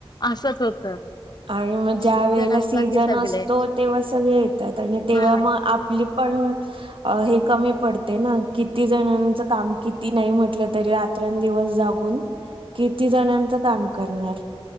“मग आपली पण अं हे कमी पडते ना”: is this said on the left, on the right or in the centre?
Right